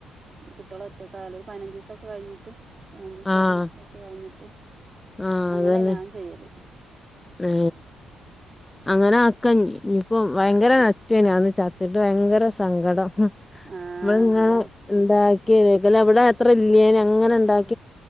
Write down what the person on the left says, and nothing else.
ആഹ്
ആഹ്
അതന്നെ
ഏഹ അങ്ങനെ ആക്കനി ഇനിയിപ്പ ഭയങ്കര
നഷ്ട്ടേന്യൂ ന്നിട്ട് ഭയങ്കര സങ്കടം നമ്മളിങ്ങനെ
ഇണ്ടാക്കി അവിടെ അത്ര ഇല്ലെന്യൂ അങ്ങനെ ഉണ്ടാക്ക